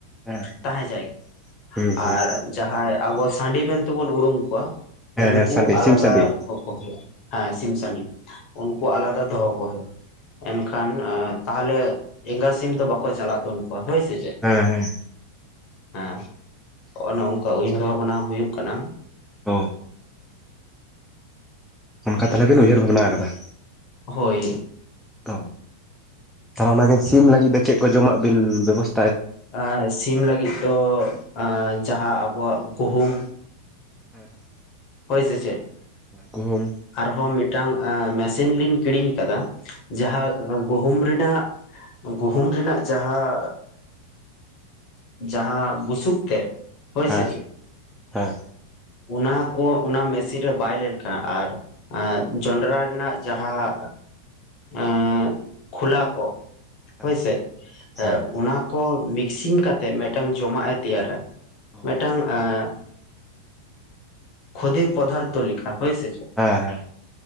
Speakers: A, in the centre; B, on the left.
A: ᱦᱮᱸ ᱦᱮᱸ
B: ᱛᱟᱦᱮᱸ ᱡᱟᱭᱜᱟ
A: ᱦᱩᱸ ᱦᱩᱸ
B: ᱟᱨ ᱡᱟᱦᱟᱸᱭ ᱟᱵᱚ ᱥᱟᱺᱰᱤ ᱢᱮᱱ ᱛᱮᱵᱚᱱ ᱩᱨᱩᱢ ᱠᱚᱣᱟ
A: ᱦᱮᱸ
B: ᱩᱱᱠᱩ
A: ᱦᱮᱸ ᱥᱟᱺᱰᱤ
B: ᱟᱞᱟᱫᱟ
A: ᱥᱤᱢ ᱥᱟᱺᱰᱤ
B: ᱦᱩᱭᱩᱜ ᱦᱮᱸ ᱥᱤᱢ ᱥᱟᱺᱰᱤ ᱩᱱᱠᱩ
A: ᱦᱮᱸ
B: ᱟᱞᱟᱫᱟ ᱫᱚᱦᱚ ᱠᱚ ᱦᱩᱭᱩᱜᱼᱟ ᱮᱱᱠᱷᱟᱱ ᱛᱟᱦᱚᱞᱮ ᱮᱸᱜᱟ ᱥᱤᱢ ᱫᱚ ᱵᱟᱠᱚ ᱪᱟᱞᱟᱜ ᱛ ᱦᱳᱭ ᱥᱮ ᱪᱮᱫ
A: ᱦᱮᱸ ᱦᱮᱸ
B: ᱦᱮᱸ ᱱᱚᱭ ᱚᱱᱠᱟ ᱩᱭᱦᱟᱹᱨ ᱚᱱᱟ ᱦᱩᱭᱩᱜ ᱠᱟᱱᱟ
A: ᱚ ᱚᱱᱠᱟ ᱛᱟᱦᱚᱞᱮ ᱵᱤᱱ ᱩᱭᱦᱟᱹᱨ ᱵᱷᱟᱵᱽᱱᱟ ᱟᱠᱟᱫᱟ
B: ᱦᱳᱭ
A: ᱛᱚ ᱚᱱᱟ ᱜᱮ ᱥᱤᱢ ᱞᱟᱹᱜᱤᱫ ᱫᱚ ᱪᱮᱫ ᱠᱚ ᱡᱚᱢᱟᱜ ᱵᱤᱱ ᱵᱮᱵᱚᱥ
B: ᱮ ᱥᱤᱢ ᱞᱟᱹᱜᱤᱫ ᱫᱚ ᱮ ᱡᱟᱦᱟᱸ ᱟᱵᱚᱣᱟᱜ ᱜᱩᱦᱩᱢ
A: ᱦᱮᱸ <inaudible> <unintelligible>
B: ᱦᱳᱭ ᱥᱮ ᱪᱮᱫ
A: ᱜᱩᱦᱩᱢ
B: ᱟᱨᱦᱚᱸ ᱢᱤᱫᱴᱟᱝ ᱢᱮᱥᱤᱱ ᱞᱤᱧ ᱠᱤᱨᱤᱧ ᱟᱠᱟᱫᱟ ᱡᱟᱦᱟᱸ ᱜᱩᱦᱩᱢ ᱨᱮᱱᱟᱜ ᱜᱩᱦᱩᱢ ᱨᱮᱱᱟᱜ ᱡᱟᱦᱟᱸ ᱡᱟᱦᱟᱸ ᱵᱩᱥᱩᱵ ᱛᱮᱫ ᱦᱳᱭ
A: ᱦᱮᱸ
B: ᱥᱮ ᱪᱮᱫ
A: ᱦᱮᱸ
B: ᱚᱱᱟ ᱠᱚ ᱚᱱᱟ ᱢᱮᱥᱤᱱ ᱨᱮ ᱵᱟᱭᱞᱮᱱ ᱠᱷᱟᱱ ᱟᱨ ᱡᱚᱱᱰᱨᱟ ᱨᱮᱱᱟᱜ ᱡᱟᱦᱟᱸ ᱚᱸᱻ ᱠᱷᱳᱞᱟ ᱠᱚ
A: ᱦᱮᱸ
B: ᱦᱳᱭᱥᱮ ᱮ
A: ᱦᱮᱸ
B: ᱚᱱᱟ ᱠᱚ ᱢᱤᱠᱥᱤᱝ ᱠᱟᱛᱮᱜ ᱢᱤᱫᱴᱟᱝ ᱡᱚᱢᱟᱜ ᱮ ᱛᱮᱭᱟᱨᱟ
A: ᱦᱳᱭ
B: ᱢᱤᱫᱴᱟᱝ ᱮᱸ ᱠᱷᱳᱫᱮ ᱯᱚᱫᱟᱨᱛ ᱞᱮᱠᱷᱟ ᱦᱳᱭ ᱥᱮ
A: ᱦᱮᱸ ᱦᱮᱸ